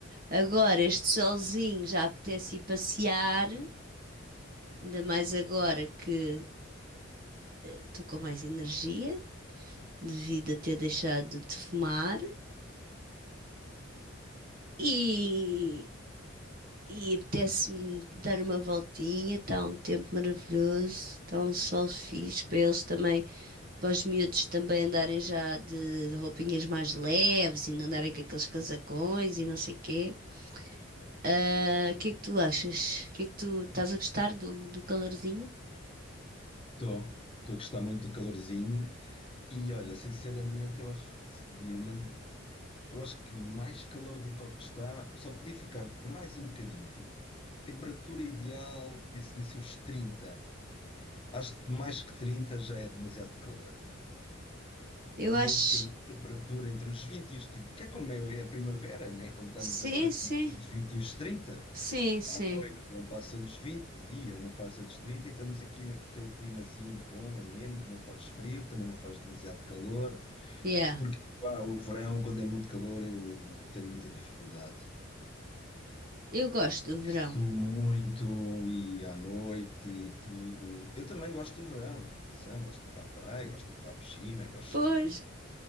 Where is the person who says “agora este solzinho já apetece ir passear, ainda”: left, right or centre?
Right